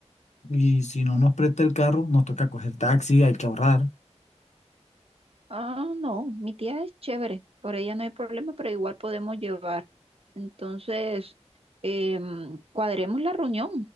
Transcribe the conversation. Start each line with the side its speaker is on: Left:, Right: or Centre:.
Left: Y si no nos presta el carro, nos toca coger taxi, hay que ahorrar.
Right: Ah, no, mi tía es chévere, por ella no hay problema, pero igual podemos llevar. Entonces, em, cuadremos la reunión.